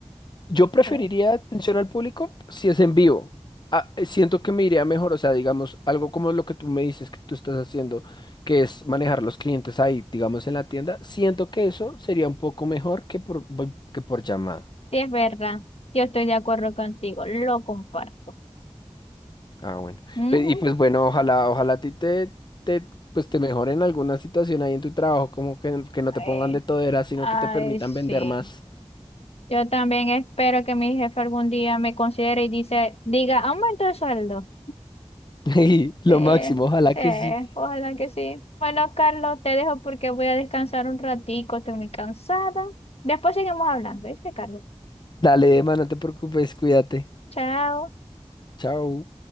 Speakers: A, on the left (about 40°); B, on the left (about 65°).
A: Yo preferiría
B: Sí,
A: atención al público si es en vivo. Ah, eh, siento que me iría mejor, o sea, digamos, algo como lo que tú me dices que tú estás haciendo, que es manejar los clientes ahí, digamos, en la tienda. Siento que eso sería un poco mejor que por, vol- que por llamada.
B: Sí, es verdad. Yo estoy de acuerdo contigo, lo comparto.
A: Ah, bueno.
B: Ujú.
A: Pe- y pues bueno, ojalá, ojalá a ti te, te, pues te mejoren alguna situación ahí en tu trabajo, como que, que no
B: Ay,
A: te pongan de todera, sino
B: ay,
A: que te permitan
B: sí.
A: vender más.
B: Yo también espero que mi jefe algún día me considere y dice, diga, aumento el sueldo.
A: <laughs> Y lo
B: Sí,
A: máximo, ojalá
B: sí,
A: que sí.
B: ojalá que sí. Bueno, Carlos, te dejo porque voy a descansar un ratico, estoy muy cansada. Después seguimos hablando, ¿viste, Carlos?
A: Dale, Emma, no te preocupes, cuídate.
B: Chao.
A: Chao.